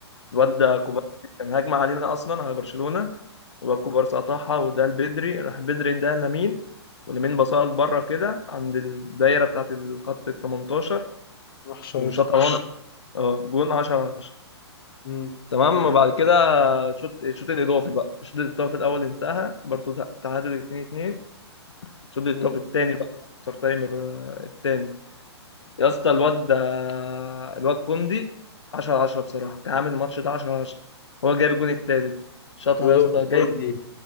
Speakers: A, on the left; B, on the left.
A: الواد
B: امم
A: ده كوبارسي كان هجمة علينا أصلا على برشلونة وباكو بارسا قطعها وده لبدري راح بدري ده لمين ولمين باصها لبره كده عند الدايره بتاعه الخط ال 18
B: راح شايطها
A: وشاطها وان اه جون 10 10
B: امم
A: تمام وبعد كده شوط الشوط الاضافي بقى الشوط الاضافي الاول انتهى برضه تع- تعادل 2 2 الشوط الاضافي
B: امم
A: الثاني بقى اكسترا تايمر آه، الثاني يا اسطى الواد ده الواد كوندي 10 10 بصراحه كان عامل الماتش ده 10 10 هو جايب الجون الثالث شاطها
B: بيقولوا
A: يا اسطى جاي
B: كوندي